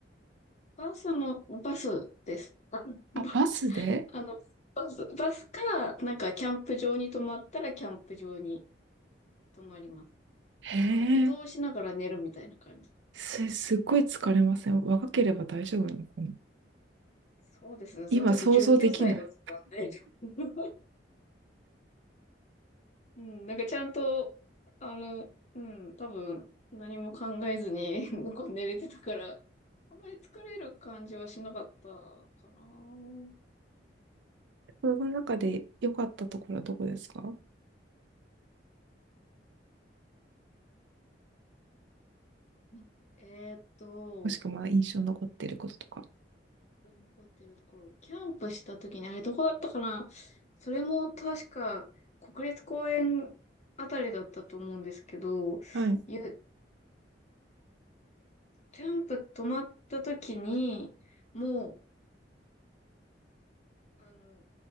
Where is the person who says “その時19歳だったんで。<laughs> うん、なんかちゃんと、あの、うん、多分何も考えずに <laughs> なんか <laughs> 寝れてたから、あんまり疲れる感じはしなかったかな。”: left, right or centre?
Left